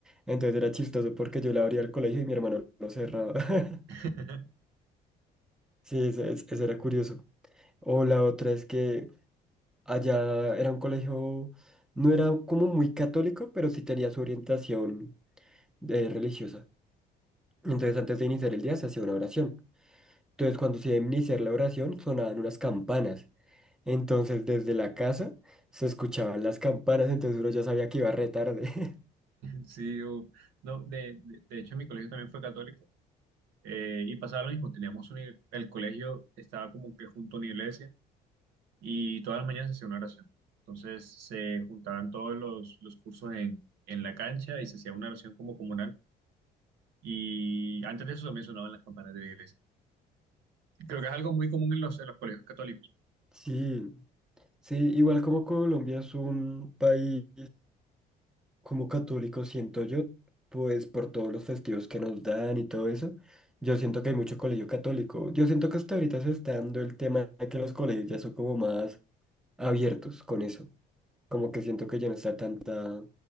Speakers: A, in the centre; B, on the right.
A: Entonces era chistoso porque yo le abría el colegio y mi hermano lo cerraba. <laughs>
B: <laughs>
A: Sí, eso, es- eso era curioso. O la otra es que allá era un colegio, no era como muy católico, pero sí tenía su orientación eh, religiosa. Entonces antes de iniciar el día se hacía una oración. Entonces cuando se iba a iniciar la oración sonaban unas campanas. Entonces, desde la casa se escuchaban las campanas, entonces uno ya sabía que iba re tarde. <laughs>
B: Sí, u- no, de, de, de hecho mi colegio también fue católico eh, y pasaba lo mismo, teníamos un, el colegio estaba como que junto a una iglesia y todas las mañanas se hacía una oración. Entonces se juntaban todos los, los cursos en, en la cancha y se hacía una oración como comunal y antes de eso también sonaban las campanas de la iglesia. Creo que es algo muy común en los, en los colegios católicos.
A: Sí, sí, igual como Colombia es un país como católico, siento yo, pues por todos los festivos que nos dan y todo eso, yo siento que hay mucho colegio católico. Yo siento que hasta ahorita se está dando el tema de que los colegios ya son como más abiertos con eso. Como que siento que ya no está tanta